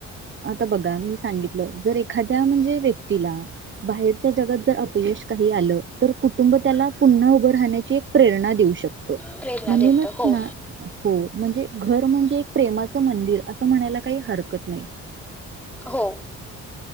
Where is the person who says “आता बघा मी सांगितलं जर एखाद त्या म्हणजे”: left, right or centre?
Right